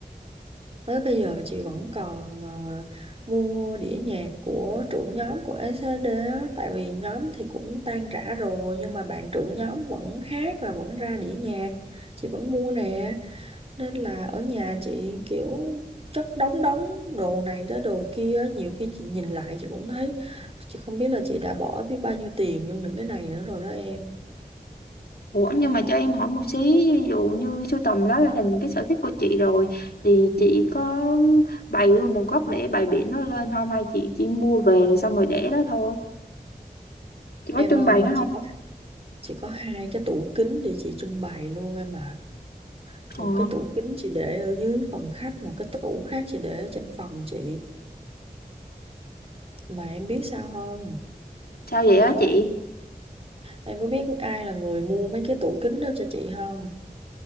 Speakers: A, on the right; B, on the left.
A: Tới bây giờ chị vẫn còn ờ, mua đĩa nhạc của trưởng nhóm của SNSD á, tại vì nhóm thì cũng tan rã rồi nhưng mà bạn trưởng nhóm vẫn hát và vẫn ra đĩa nhạc, chị vẫn mua nè. nên là ở nhà chị kiểu chất đống đống đồ này tới đồ kia á, nhiều khi chị nhìn lại chị cũng thấy chị không biết là chị đã bỏ biết bao nhiêu tiền vô những cái này nữa rồi đó em
B: Ủa nhưng mà cho em hỏi một xí ví dụ như sưu tầm đó là thành cái sở thích của chị rồi thì chị có bày luôn một góc để bày biển nó lên không hay chị chỉ mua về rồi xong rồi để đó thôi chị có
A: em
B: trưng
A: ơi
B: bày nó không
A: chị có chị có hai cái tủ kính để chị trưng bày luôn em ạ một
B: Ồ
A: cái tủ kính chị để ở dưới phòng khách một cái tủ khác chị để ở trên phòng chị mà em biết sao không
B: sao vậy á chị
A: em có biết ai là người mua mấy cái tủ kính đó cho chị không